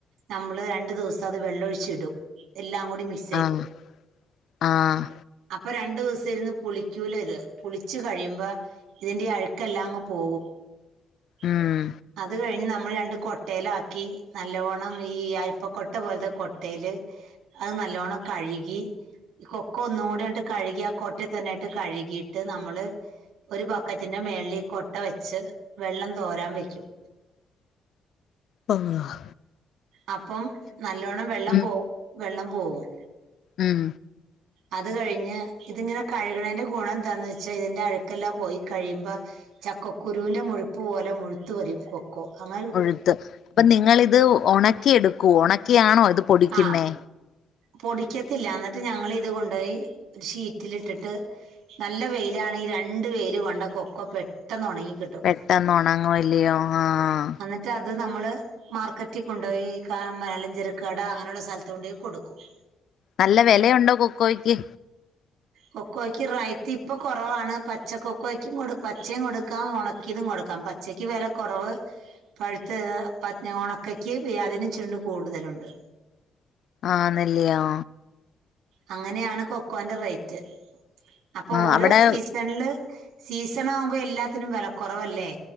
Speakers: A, on the right; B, on the left.
A: നമ്മള് രണ്ടു ദിവസം അത് വെള്ളൊഴിച്ചിടും എല്ലാം കൂടി മിക്
B: ആഹ് ആഹ്.
A: അപ്പൊ രണ്ടുസം ഇരുന്ന് പുളി ക്കൂലെത് പുളിച്ച് കഴിയുമ്പോ ഇതിന്റെ അഴുക്കെല്ലാം അങ്ങ് പോവും.
B: ഉം
A: <inaudible> അത് കഴിഞ്ഞ് നമ്മൾ രണ്ട് കൊട്ടേലാക്കി നല്ലോണം ഈ അരിപ്പക്കൊട്ട പോൽത്തെ കൊട്ടേല് അത് നല്ലോണം കഴുകി ഈ കൊക്കൊ ഒന്നും കൂടിയാണ്ട് കഴുകി ആ കൊട്ടേ തന്നെ ഇ ട്ട് കഴുകിയിട്ട് നമ്മള്. ഒരു ബക്കറ്റിന്റെ മേൾളീ കൊട്ട വെച്ച് വെള്ളം തോരാൻ വെക്കും.
B: ആഹ്.
A: അപ്പം നല്ലോണം വെള്ളം
B: ഉം
A: പോ വെള്ളം പോവും.
B: ഉം.
A: അത് കഴിഞ്ഞ് ഇതിങ്ങനെ കഴുക്ണേന്റെ ഗുണം എന്താന്ന്ച്ചാ ഇതിന്റെ അഴുക്കെല്ലാം പോയി കഴിയുമ്പോ. ചക്ക കുരുവിൻ്റെ മുഴുപ്പ് പോലെ മുഴുത്തുവരും കൊ ക്കൊ അങ്ങ
B: ഉഴുത്ത് അപ്പൊ നിങ്ങളിത് ഒണക്കിയെടുക്കോ? ഒണക്കിയാണോ ഇത് പൊടിക്കുന്നേ?
A: ആ പൊടിക്കത്തില്ല എന്നിട്ട് ഞങ്ങളിത് കൊണ്ടോയി ഒരു ഷീറ്റിലിട്ടിട്ട്. നല്ല വെയിലാണെ ഈ രണ്ട് വെയില് കൊണ്ട കൊ ക്കൊ പെട്ടെന്ന് ഒണങ്ങിക്കിട്ടും
B: പെട്ടെന്ന് ഒണങ്ങുവല്ലയോ ആഹ്
A: അന്നി. റ്റത് നമ്മള് മാർക്കറ്റി കൊണ്ടോയി ക മാലഞ്ചരക്ക് കട അങ്ങനെയുള്ള സ്ഥലത്ത് കൊണ്ടോയി കൊടുക്കും. <inaudible>
B: നല്ല വെലയുണ്ടോ കൊക്കോയ്ക്ക്?
A: കൊക്കോയ്ക്ക് റൈറ്റ് ഇപ്പൊ കൊറവാണ് പച്ച കൊക്കോയ്ക്കും കൊടു പച്ചയും കൊടുക്കാം ഒണക്കിതും കൊടുക്കാം പ ച്ചക്ക് വെല കൊറവ്. പഴുത്ത് ഹ് പൻ ഒണക്കക്ക് ഏ അതിന് ച്ചുരുണ്ട് കൂടുതലുണ്ട്.
B: ആന്നല്ലിയോ
A: അങ്ങനെയാണ് കൊക്കോന്റെ റേറ്റ് അപ്പൊ
B: ആഹ്
A: ഓരോ
B: അവിടെ
A: സീസ്. സൺല് സീസണാവുമ്പോ എല്ലാത്തിനും വെല കൊറവല്ലേ.